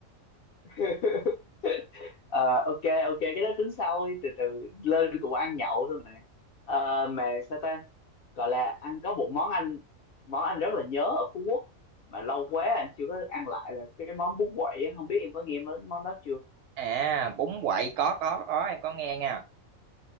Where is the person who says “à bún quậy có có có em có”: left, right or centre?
Right